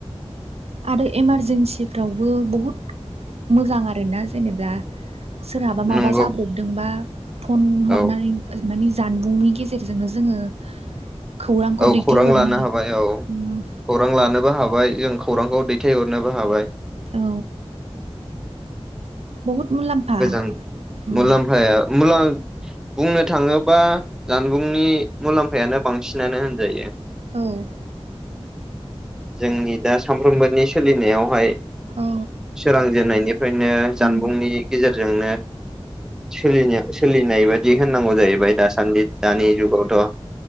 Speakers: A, on the right (about 75°); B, in the centre.
A: आरो इमारजेन्सिफ्रावबो बुहुद मोजां आरोना जेनेब्ला सोरहाबा माबा
B: नंगौ
A: जाब्रबदोंबा फन हरनानै
B: औ
A: ओ मानि जानबुंनि गेजेरजोंनो जोङो खौरांखौ
B: औ
A: दैथायहरनो
B: खौरां लानो हाबाय, औ
A: उम
B: खौरां लानोबो हाबाय जों खौरांखौ दैथायहरनोबो हाबाय।
A: औ बहुद मुलाम्फा
B: गोजां
A: उम
B: मुलाम्फाया मुला बुंनो थाङोबा जानबुंनि मुलाम्फायानो बांसिनानो होनजायो।
A: औ
B: जोंनि दा सामफ्रोमबोनि सोलिनायावहाय
A: औ
B: सोरांजेननायनिफ्रायनो जानबुंनि
A: उम
B: फोरजोंनो सोलिनो सोलिनाय बिदि होननांगौ जाहैबाय दासान्दि दानि
A: औ
B: जुगावथ'।